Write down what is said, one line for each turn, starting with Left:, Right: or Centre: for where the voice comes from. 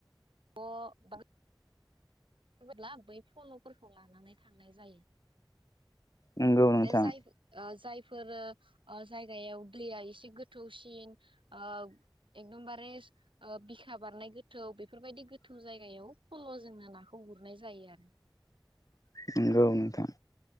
Right: <unintelligible> बा ब्ला बै फल'फोरखौ लानानै थांनाय जायो।
Left: नंगौ नोंथां
Right: माने जाय ओ जाय बेफोरो ओ जायगायाव दैया एसे गोथौसिन ओ एकदमबारे बिखा बारनाय गोथौ बेफोरबायदि गोथौ जायगायाव फल' जोंनो ना खौ गुरनाय जायो आरो।
Left: नंगौ नोंथां।